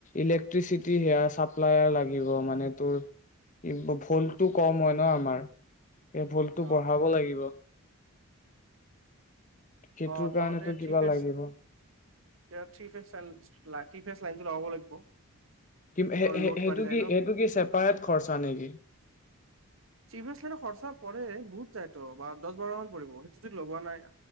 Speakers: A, on the left (about 35°); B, on the right (about 65°).
A: ইলেক্ট্ৰিচিটি সেয়া চাপ্লাৰ লাগিব মানে তোৰ ভলটো কম হয় ন আমাৰ। এই ভুলটো
B: অ
A: বঢ়াব লাগিব। সেইটোৰ
B: অ
A: কাৰণেতো
B: তহঁতে
A: কিবা
B: থ্ৰী ফেচ
A: লাগিব
B: থ্ৰী ফেচ লা ফেচ লাইনতটো লগাব লাগিব।
A: কি
B: তৰ
A: সেইটো
B: লোড বাঢ়ি যায়
A: কি
B: ন
A: সেইটো কি চেপায়ট খৰচা নেকি।
B: চিভ এছ লাইত খৰচা পৰে বহুত যায় তো বা দহ বাৰ মান পৰিব সেইটো যদি লগোৱা নাই